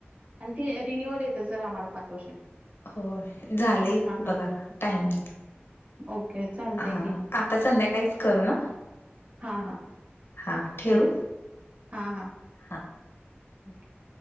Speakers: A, on the right; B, on the left.
A: अन ती रिन्युअल येत जर आम्हाला पाच वर्षांनी.
B: हो, झालंय
A: हा हा
B: बघा टायमिंग.
A: ओके चालतंय
B: हा
A: की
B: आ.. आता संध्याकाळीच करू ना.
A: हा हा
B: हां ठेवू?
A: चालेल. हा हा..
B: हां.
A: हं <inaudible>